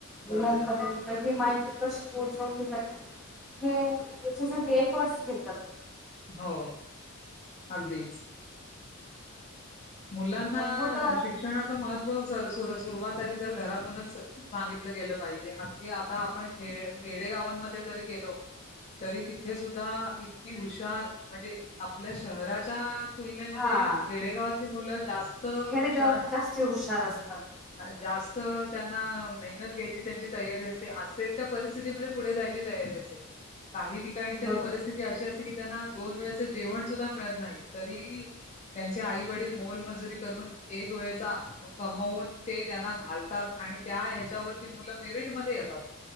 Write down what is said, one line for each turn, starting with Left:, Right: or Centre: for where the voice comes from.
Left: बरोबर
Centre: मुलांपर्यंत ही माहिती कशी सावनी बाई हे हिच्यासाठी ये फर्स घेतात
Left: हो अगदीच मुलांना
Centre: पण होत
Left: शिक्षणाचं महत्त्व सर सुरुवातध तर घरातूनच सांगितलं गेलं पाहिजे सुरवात आदितर घरातूनच सांगितलं गेल पाहिजे आगदी आता आपण खे खेडे गावांमध्ये जरी गेलो तरी तिथे सुद्धा इतकी हुशारआपल्या म्हणजे आपल्या शहराच्या तुलनेमध्ये
Centre: हा
Left: खेडेगावात मुलं जास्त हुशार
Centre: खेडग जास्ती हुशार असतात
Left: जास्त त्यांना मेहनत घ्यायची त्यांची तयारी असते असेल त्या परिस्थितीमध्ये पुढे जायची तयारी असते काही ठिकाणी तरी
Centre: बरोबर
Left: परिस्थिती अशी असते की त्यांना दोन वेळेच जेवण सुद्धा मिळत नाही तरी त्यांचे आईवडील मोलमजुरी करून एक वेळचा कमवून ते त्यांना घालतात आणि त्या हेच्यावरती मुलं मेरिटमध्ये येतात